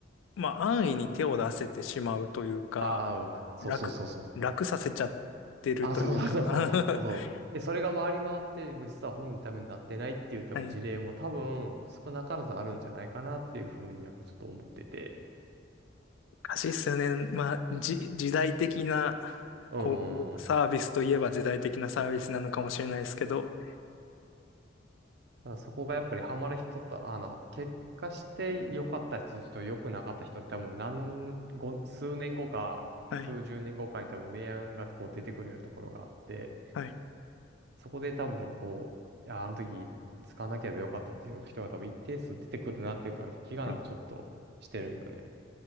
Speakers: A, on the left (about 85°); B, on the right (about 60°).
A: まあ、安易に手を出せてしまうというか、
B: ああ、そうそうそうそう。
A: 楽、楽させちゃってるというか、
B: あ、そうそうそうそう。そうそう。
A: <laughs>
B: で、それが回り回って、もう実は本人のためになってないっていう多分事例も多分少なからずあるんじゃないかなっていうふうになんかちょっと思ってて。
A: はい。難しいっすよね。まあ、じ、時代的な、
B: うん。
A: こう、
B: うん。
A: サービスといえば時代的なサービスなのかもしれないですけど、
B: だからそこがやっぱりハマる人と、あの、結果して良かった人と良くなかった人って多分何、ご、数年後か、
A: はい。
B: 数十年後かに多分明暗がこう出てくるようなところがあって、
A: はい。
B: そこで多分こう、いや、あの時使わなければよかったっていう人が多分一定数出てくるなっていうか、気がなんかちょっとしてるんよね。
A: はい